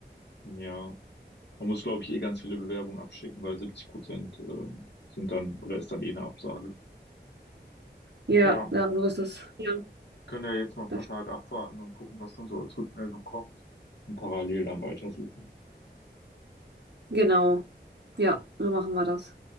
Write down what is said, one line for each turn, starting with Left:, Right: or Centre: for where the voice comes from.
Left: Ja. Man muss, glaube ich, eh ganz viele Bewerbungen abschicken, weil 70 Prozent ähm, sind dann oder ist dann eh eine Absage.
Right: Ja,
Left: Ja,
Right: ja, so ist das. Ja,
Left: können ja jetzt mal ein paar
Right: das,
Left: Tage abwarten und gucken, was dann so als Rückmeldung kommt und parallel dann weitersuchen.
Right: genau. Ja, so machen wir das.